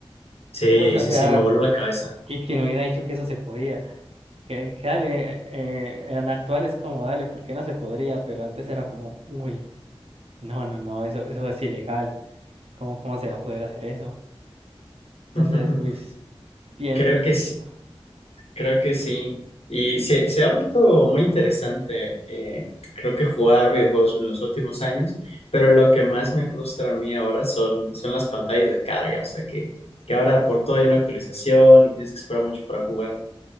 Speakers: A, on the left; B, on the right.
A: Sí,
B: uy, o
A: sí,
B: sea,
A: sí, me voló la cabeza.
B: Y quien hubiera dicho que eso se podía. Que, que dale, eh, en actual es como dale, ¿por qué no se podría, pero antes era como, uy, no, no, no, eso, eso es ilegal. ¿Cómo, cómo se va a poder hacer eso? Entonces,
A: <laughs>
B: uy, bien
A: Creo
B: durísimo.
A: que sí. Creo que sí. Y se, se ha vuelto muy interesante, eh, creo que jugar videojuegos en los últimos años, pero lo que más me frustra a mí ahora son, son las pantallas de carga, o sea que, que ahora por todo hay una actualización y tienes que esperar mucho para jugar.